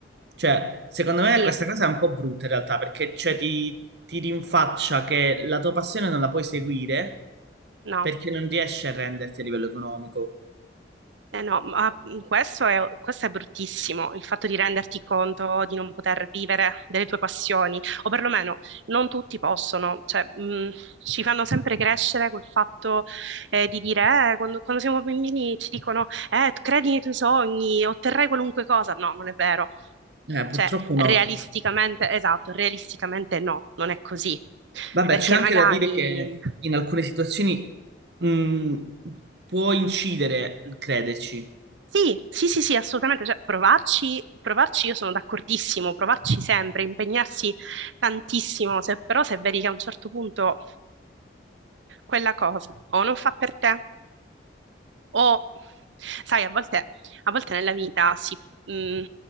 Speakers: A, on the right; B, on the right.
A: Cioè, secondo me
B: sì,
A: questa cosa è un po' brutta in realtà, perché cioè, ti, ti rinfaccia che la tua passione non la puoi seguire
B: no.
A: perché non riesci a renderti a livello economico.
B: Eh no, ma questo è, questo è bruttissimo, il fatto di renderti conto di non poter vivere delle tue passioni, o perlomeno non tutti possono, cioè, mh, ci fanno sempre crescere col fatto eh, di dire, eh, quando, quando siamo bambini ci dicono, eh, credi nei tuoi sogni, otterrai qualunque cosa. No, non è vero.
A: Eh, purtroppo
B: Cioè, realisticamente,
A: no.
B: esatto, realisticamente no, non è così.
A: Vabbè,
B: Perché
A: c'è anche
B: magari
A: da dire che in alcune situazioni mh, può incidere il crederci.
B: Sì, sì, sì, sì, assolutamente, cioè, provarci, provarci io sono d'accordissimo, provarci sempre, impegnarsi tantissimo, se- però se vedi che a un certo punto quella cosa o non fa per te o sai, a volte, a volte nella vita si, mh,